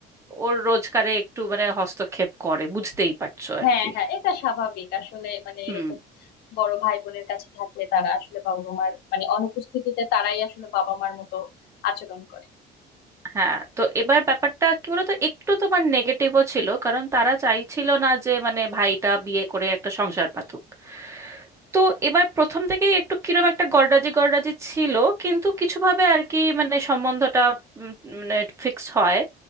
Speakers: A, on the right; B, on the left.
A: ওর রোজগারে একটু মানে হস্তক্ষেপ করে বুঝতেই পারছো
B: হ্যাঁ
A: আর কি
B: হ্যাঁ এটা স্বাভাবিক আসলে মানে
A: হুম
B: এরকম বড় ভাই বোনের কাছে থাকলে তারা আসলে বাবা মার মানে অনুপস্থিতিতে তারাই আসলে বাবা মার মতো আচরণ করে
A: হ্যাঁ তো এবার ব্যাপারটা কি বলতো একটু তোমার নেগেটিভও ছিল কারণ তারা চাইছিল না যে মানে ভাইটা বিয়ে করে একটা সংসার পাতুক তো এবার প্রথম থেকেই একটু কিরম একটা গড়রাজি গড়রাজি ছিল কিন্তু কিছুভাবে আর কি মানে সম্বন্ধটা উম, মানে ফিক্সড হয়